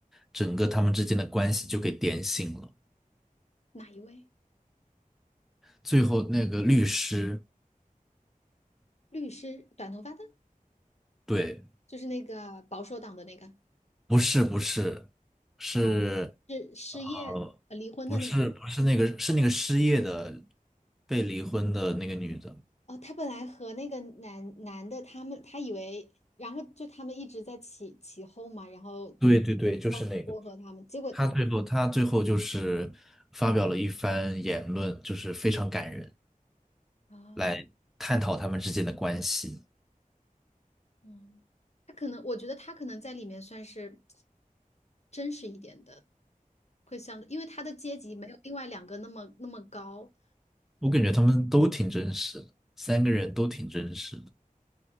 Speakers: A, in the centre; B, on the left (about 50°).
A: 整个他们之间的关系就给点醒了。
B: 哪一位
A: 最后那个律师，
B: 律师，短头发的，
A: 对，
B: 就是那个保守党的那个，
A: 不是不是，是
B: 哦，是失业呃离婚的那个。
A: 呃，不是不是那个是那个失业的被离婚的那个女的，
B: 哦，他本来和那个男男的，他们他以为，然后就他们一直在起起哄嘛，然后
A: 对对对，就是那个。
B: 要撮合他们，结果
A: 她最后她最后就是发表了一番言论，就是非常感人。
B: 啊。
A: 来探讨他们之间的关系。
B: 嗯，他可能，我觉得他可能在里面算是真实一点的，会相对，因为他的阶级没有另外两个那么那么高，
A: 我感觉他们都挺真实的，三个人都挺真实的。